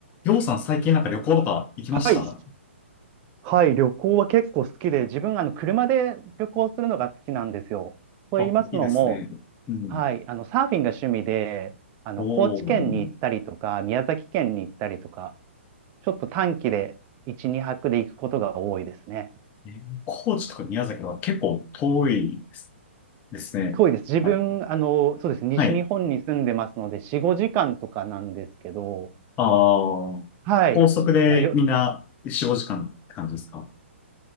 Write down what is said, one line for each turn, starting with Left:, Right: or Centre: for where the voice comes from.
Left: りょうさん最近なんか旅行とか行きました
Right: はい。はい。旅行は結構好きで、自分、あの、車で旅行するのが好きなんですよ。と言いますのも、
Left: あ、いいですね。うん。
Right: はい。あの、サーフィンが趣味で、あの、
Left: おお。
Right: 高知県に行ったりとか、宮崎県に行ったりとか、ちょっと短期で1、2泊で行くことが多いですね。
Left: え高知とか宮崎は結構遠いですですね。
Right: 遠いです。自分、
Left: はい。
Right: あの、そうです。西日本に住んでますので、
Left: はい。
Right: 4、5時間とかなんですけど、
Left: ああ、
Right: はい。
Left: 高速でみんな4、
Right: まあ、よ、
Left: 5時間って感じですか